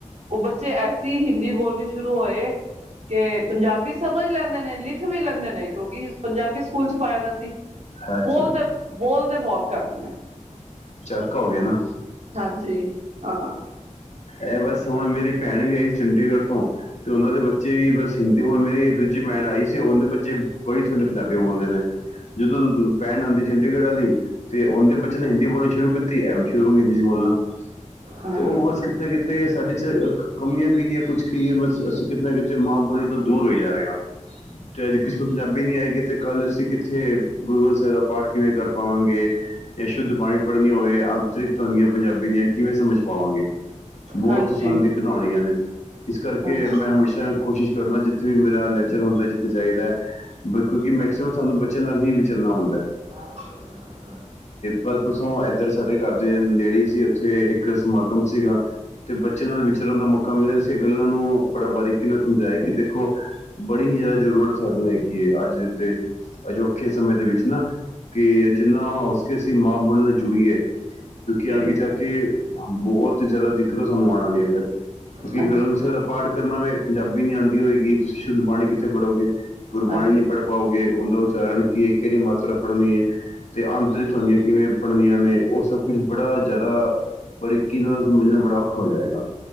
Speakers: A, on the right; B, on the left.
A: ਉਹ ਬੱਚੇ ਐਸੀ ਹਿੰਦੀ ਬੋਲਣੀ ਸ਼ੁਰੂ ਹੋਏ ਕਿ ਪੰਜਾਬੀ ਸਮਝ ਲੈਂਦੇ ਨੇ ਲਿਖ ਵੀ ਲੈਂਦੇ ਨੇ ਕਿਉਂਕਿ ਪੰਜਾਬੀ ਸਕੂਲ ਚ ਫਾਇਦਾ ਸੀ
B: ਹਾਂਜੀ
A: ਬੋਲਦੇ ਬੋਲ ਦੇ ਬਹੁਤ ਘੱਟ ਨੇ
B: ਚੱਕ ਹੋ ਗਿਆ ਨਾ
A: ਹਾਂਜੀ ਹਾਂ
B: ਇਹ ਬਸ ਹੁਣ ਮੇਰੀ ਭੈਣ ਵੀ ਆ ਚੰਡੀਗੜ੍ਹ ਤੋਂ ਤੇ ਉਹ ਦੇ ਬੱਚੇ ਵੀ ਬਸ ਹਿ ਤੇ ਹੁਣ ਮੇਰੀ ਦੂਜੀ ਭੈਣ ਆਈ ਸੀ । ਉਹਦੇ ਬੱਚੇ ਬੜੀ ਸੋਣੀ ਪੰਜਾਬੀ ਬੋਲਦੇ ਨੇ ਜਦੋਂ ਜਦੋਂ ਭੈਣ ਆਂਦੀ ਚੰਡੀਗੜ੍ਹ ਵਾਲੀ ਤੇ ਉਹਦੇ ਬੱਚੇ ਨੇ ਹਿੰਦੀ ਬੋਲਣੀ ਸ਼ੁਰੂ ਕੀਤੀ, ਐ ਵੀ ਸ਼ੁਰੂ ਹੋ ਗਈ ਹਿੰਦੀ ਚ ਬੋਲਣਾ
A: ਹਾਂ
B: ਤੇ ਉਹ ਬਸ ਕਿਤੇ ਨਾ ਕਿਤੇ ਸਾਡੇ ਚ ਕਮੀਆਂ ਕਹੀਏ ਕੁਛ ਕਹੀਏ ਬਸ ਅਸੀਂ ਕਿਤੇ ਨਾ ਕਿਤੇ ਤੇ ਮਾਂ ਬੋਲੀ ਤੋਂ ਦੂਰ ਹੋਈ ਜਾ ਰਹੇ ਹਾ ਤੇ ਅਜ ਕਿਸੇ ਨੂੰ ਪੰਜਾਬੀ ਨੀ ਆਏਗੀ ਤੇ ਕੱਲ ਸੀ ਕਿੱਥੇ ਗੁਰੂ ਇਦਾ ਪਾਠ ਕਿਵੇਂ ਕਰ ਪਾਵਾਂਗੇ। ਤੇ ਸ਼ੁੱਧ ਬਾਣੀ ਪੜਨੀ ਹੋਵੇ ਆ ਦੀ ਤੇ ਪੰਜਾਬੀ ਦੀਆਂ ਕਿਵੇਂ ਸਮਝ ਪਾਵਾਂਗੇ। ਬਹੁਤ
A: ਹਾਂਜੀ
B: ਸਮਝ ਘਢਾਉਣੀਆਂ ਨੇ ਇਸ ਕਰਕੇ
A: ਹਾਂਜੀ
B: ਮੈਂ ਹਮੇਸ਼ਾ ਕੋਸ਼ਿਸ਼ ਕਰਨਾ ਜ ਜਿੱਥੇ ਵੀ ਮੇਰਾ ਲੈਕਚਰ ਹੁੰਦਾ। ਜਿੱਥੇ ਜਾਹੀਦਾ ਬਟ ਕਿਂੳਕੀ ਮੈਕਸੀਮਮ ਸਾਨੂੰ ਬ ਵਿਚ ਹੀ ਵਿਚਰਨਾ ਹੁੰਦਾ ਹੈ।
A: <inaudible>
B: ਕੱਲ੍ਹ ਪਰਸੋਂ ਇਏਰ ਸਾਡੇ ਘਰ ਦੇ ਨੇੜੇ ਸੀ ਉੱਥੇ ਇੱਕ ਸਮਾਗਮ ਸੀਗਾ ਤੇ ਬੱਚੇ ਨਾਲ ਵਿਚਰਨ ਦਾ ਮੌਕਾ ਮਿਲਿਆ ਸੀ ਇਹ ਗੱਲਾਂ ਨੂੰ ਬੜਾ ਬਾਰੀਕੀ ਨਾਲ ਸਮਝਾਇਆ ਕਿ ਦੇਖੋ ਬੜੀ ਹੀ ਜ਼ਿਆਦਾ ਜ਼ਰੂਰਤ ਸਾਨੂੰ ਹੈਗੀ ਹੈ, ਅੱਜ ਦੇ ਔਖੇ ਸਮੇਂ ਦੇ ਵਿੱਚ ਨਾ ਕਿ ਜਿੰਨਾ ਉਸਕੇ ਸੀ ਮਾਂ ਬੋਲਨਾ ਜ਼ਰੂਰੀ ਐ। ਕਿਉਂਕਿ ਅਗੇ
A: ਹਾਂਜੀ
B: ਜਾ ਕੇ ਬਹੁਤ ਜਿਆਦਾ ਦਿੱਕਤ ਸਾਨੂੰ ਆਉਣ ਆਉਦੀ ਹੈ ਫੇਰ ਕਿਉਂਕਿ
A: ਹਾਂਜੀ
B: ਗੁਰੂ ਗ੍ਰੰਥ ਸਾਹਿਬ ਦਾ ਪਾਠ ਕਰਨਾ ਵੇ ਪੰਜਾਬੀ ੀ ਆਉਂਦੀ ਹੋਏਗੀ ਤੁਸੀਂ ਸ਼ੁੱਧ ਬਾਣੀ ਕਿੱਥੋਂ ਪਣੋਗੇ ਗੁਰਬਾਣੀ
A: ਹਾਂਜੀ
B: ਨੀ ਪੜ੍ਹ ਪਾਓਗੇ ਉਹਦਾ ੳਚਾਰਨ ਕੀ ਇਹ ਕਿਹੜੀ ਮਾਤਰਾ ਪੜਨੀ ਹੈ ਤੇ ਆਤਿੰਤ ਵਾਲਿਆ ਕਿਵੇਂ ਪੱਲਵੀਆਂ, ਨੇ ਉਹ ਸਭ ਕੁਛ ਬੜਾ ਜ਼ਿਆਦਾ ਬਾਰੀਕੀ ਨਾਲ, ਸਮਝਣਾ ਬੜਾ ਔਖਾ ਹੋ ਜਾਏਗਾ।